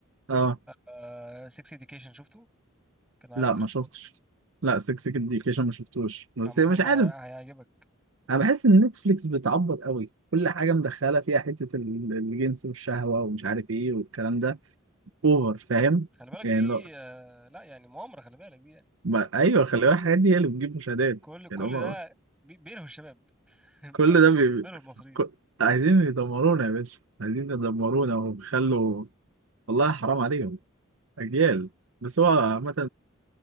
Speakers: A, on the right (about 70°); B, in the centre.
A: اه
B: آه سكس اديوكيشن شفته كان على
A: لا
B: نتفليكس
A: ما شفتش
B: برضه
A: لا 6 اديوكيشن ما شفتوش بس
B: عامة
A: مش
B: ده
A: عارف
B: هي- هيعجبك
A: انا بحس ان نتفليكس بتعبط قوي كل حاجه مدخله فيها حته ال- الجنس والشهوه ومش عارف ايه والكلام ده اوفر فاهم
B: خلي بالك
A: يعني
B: دي
A: لو
B: آه، لا يعني مؤامرة خلي بالك دي يعني
A: ما... ايوه خلي بالك الحاجات دي هي اللي بتجيب مشاهدات
B: كل كل
A: يعني هما
B: ده بي- بيلهوا الشباب <laughs> بيلهوا
A: كل ده بي...
B: بيلهوا المصريين
A: ك... عايزين يدمرونا يا باشا عايزين يدمرونا ويخلوا والله حرام عليهم اجيال بس هو عامة